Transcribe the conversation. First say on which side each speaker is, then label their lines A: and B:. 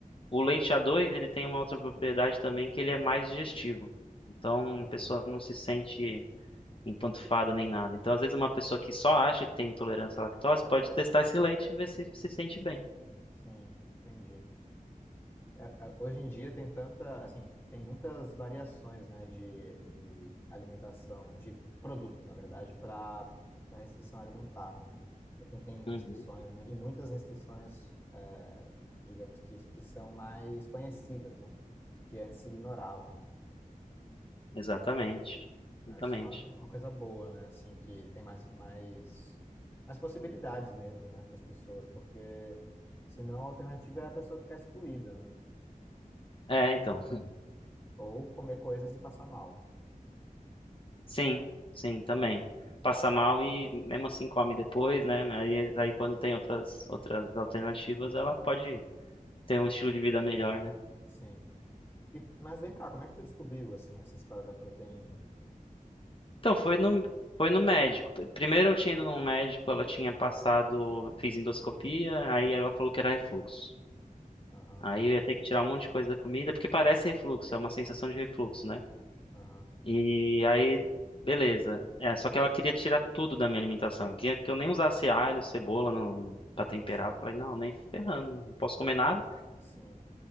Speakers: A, on the left (about 40°); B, on the left (about 15°).
A: o leite a dois ele tem uma outra propriedade também que ele é mais digestivo. Então
B: ah,
A: a pessoa não se sente empantufada nem nada. Então às vezes uma pessoa que só acha que tem intolerância à lactose pode testar esse leite e ver se se sente bem.
B: sim, entendi. É, é, Hoje em dia tem tanta, assim, tem muitas variações, né, de, de alimentação, de produtos, na verdade, para para restrição alimentar, né? Para quem tem
A: Uhum,
B: restrições, né? E muitas restrições, é, digamos que, que são mais conhecidas, né? Que antes se ignorava, né?
A: exatamente,
B: Eu
A: exatamente.
B: acho isso uma, uma coisa boa, né? Assim, que tem mais, mais, mais possibilidades mesmo, né, para as pessoas, porque senão a alternativa é a pessoa ficar excluída, né?
A: É, então, <laughs>
B: Ou comer coisas e passar mal.
A: sim, sim, também. Passa mal e mesmo assim come depois, né? Aí, aí quando tem outras, outras alternativas, ela pode ter um estilo de vida melhor, né?
B: Sim. E- mas vem cá, como é que tu descobriu, assim, essa história da proteína?
A: Então, foi no, foi no médico. P- Primeiro eu tinha ido num médico, ela tinha passado, fiz endoscopia, aí ela falou que era refluxo.
B: Aham,
A: Aí eu ia ter que tirar um monte de coisa da comida, porque parece refluxo, é uma sensação de refluxo, né?
B: aham,
A: E aí, beleza. É, só que ela queria tirar tudo da minha alimentação. Queria que eu nem usasse alho, cebola não, pra
B: nossa,
A: temperar. Eu falei, não, nem ferrando, não posso comer nada.
B: sim,